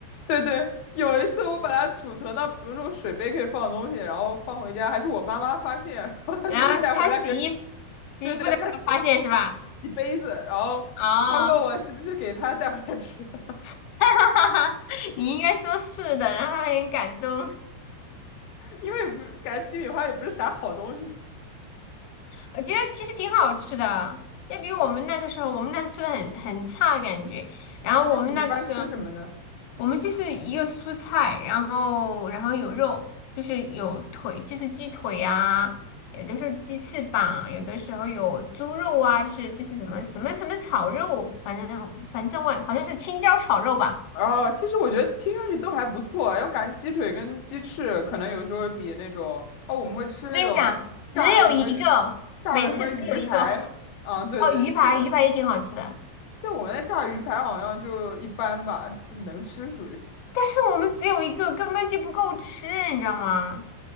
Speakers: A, on the left; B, on the left.
A: 对对，有一次我把它储存到，比如说水杯可以放东西，然后放回家，还是我妈妈发现，<laughs> 然后她说是带回来给，
B: <laughs> 然后他洗衣洗衣服的时候发现是吧？
A: 对对，她洗洗杯子，然后她问我是不是给她带回来吃的。
B: 哦，<laughs> 哈哈哈你应该说是的，然后他很感动。
A: 因为感觉鸡米花也不是啥好东西
B: 我觉得其实挺好吃的，要比我们那个时候，我们那吃的很很差的感觉。然后我们那个时候。
A: 啊。那你们一般吃什么呢？
B: 我们就是一个蔬菜，然后然后有肉，就是有腿，就是鸡腿啊，有的时候鸡翅膀，有的时候有猪肉啊，就是就是什么什么什么炒肉，反正反正我好像是青椒炒肉吧。
A: 哦，其实我觉得听上去都还不错啊，因为我感觉鸡腿跟鸡翅可能有时候比那种哦，我们会吃那种炸的什么鱼，
B: 我跟你讲，只有一个，
A: 炸的什么鱼排。
B: 每次只有一个。
A: 啊，对对，
B: 哦，鱼排，
A: 是的，
B: 鱼排也挺好吃的，
A: 但我们那炸鱼排好像就一般吧，<laughs> 能吃属于。
B: 但是我们只有一个，根本就不够吃，你知道吗？